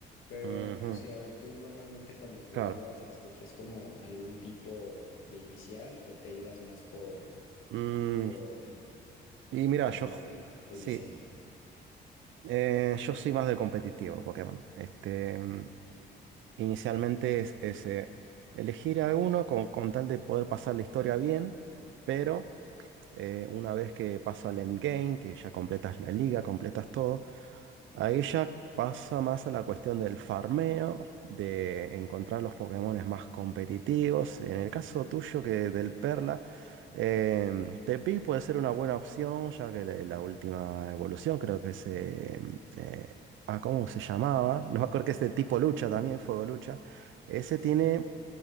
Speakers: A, on the left; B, on the right.
A: Pero
B: Ujú.
A: no sé, a ver, tú normalmente cuando jugabas,
B: Claro.
A: ¿escogías como algún tipo de inicial o te ibas más por,
B: Mm,
A: por
B: y mira,
A: como
B: yo,
A: el, el
B: sí,
A: diseño?
B: eh, yo soy más de competitivo Pokémon. Este, mm, inicialmente es, es, eh, elegir a uno con, con tal de poder pasar la historia bien, pero eh, una vez que paso al endgame, que ya completas la liga, completas todo, Ahí ya pasa más a la cuestión del farmeo, de encontrar los Pokémones más competitivos. En el caso tuyo que del Perla, em, Tepi puede ser una buena opción, ya que le- la última evolución creo que se... em, eh, ah, ¿cómo se llamaba? No me acuerdo que es de tipo lucha también, fuego lucha. Ese
A: Sí.
B: tiene